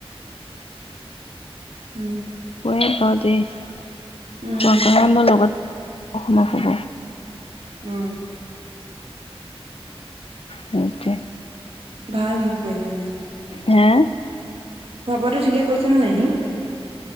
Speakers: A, on the right; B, on the left.
A: উম।
B: <unintelligible> <unintelligible> আমাৰ
A: উম
B: লগত অকমান শুব।
A: উম।
B: সেইটোৱে।
A: ভাল সি শুয়ে কাৰণে।
B: হে।
A: খোৱা-বোৱাটো ঠিকেই কৰিছে নাই সি।